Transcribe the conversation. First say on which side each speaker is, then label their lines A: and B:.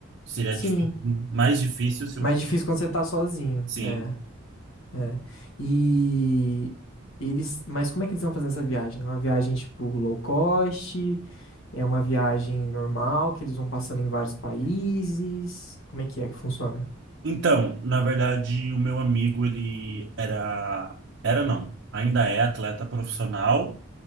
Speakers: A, on the right (about 65°); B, on the left (about 85°).
A: Seria
B: Sim,
A: difí- mais difícil se
B: mais
A: eu for.
B: difícil quando você tá sozinho.
A: Sim.
B: É. É. E eles, mas como é que eles estão fazendo essa viagem? É uma viagem tipo low cost? É uma viagem normal que eles vão passando em vários países? Como é que é que funciona?
A: Então, na verdade, o meu amigo, ele era era não, ainda é atleta profissional